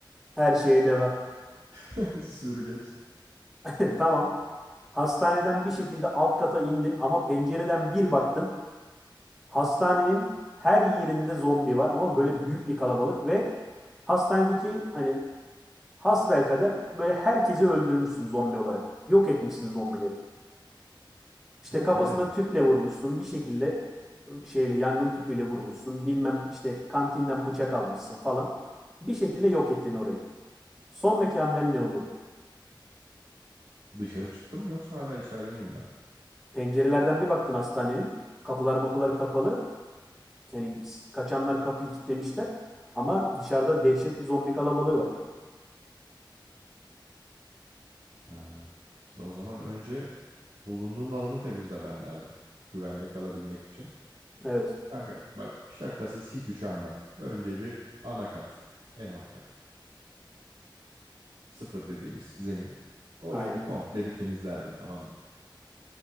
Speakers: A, in the centre; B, on the right (about 85°).
A: Her şeye deva.
B: <laughs> Sürgeç.
A: <laughs> Tamam. Hastaneden bir şekilde alt kata indin ama pencereden bir baktın. Hastanenin her yerinde zombi var ama böyle büyük bir kalabalık ve hastanedeki hani hasbelkader böyle herkesi öldürmüşsün zombi olarak. Yok etmişsin zombileri. İşte
B: Baltayla
A: kafasına
B: mı?
A: tüple vurmuşsun bir şekilde şeyle yangın tüpüyle vurmuşsun. Bilmem işte kantinden bıçak almışsın falan. Bir şekilde yok ettin orayı. Sonraki hamlen ne olurdu?
B: Dışarı çıktım mı yoksa hala içeride miyim ben?
A: Pencerelerden bir baktın hastanenin. Kapılar mapılar kapalı. Yani kaçanlar kapıyı kilitlemişler. Ama dışarıda dehşet bir zombi kalabalığı var.
B: Ha. Şimdi o zaman önce bulunduğun alanı temizlemen lazım. Güvende kalabilmek için.
A: Evet.
B: Kanka bak şakasız hiç üşenmem. Önce bir ana kat. En alt kat. Sıfır dediğimiz zemin. Orayı
A: Aynen.
B: bir komple bir temizlerdim tamam mı?